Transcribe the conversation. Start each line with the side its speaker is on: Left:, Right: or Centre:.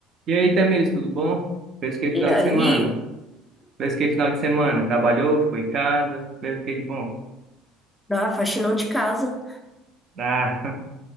Right: E aí, Tamires, tudo bom? Fez o que final
Centre: E
Right: de
Centre: aí,
Right: semana? Fez o que final de semana? Trabalhou, ficou em casa? Fez o que de bom?
Centre: na faxinão de casa.
Right: Ah,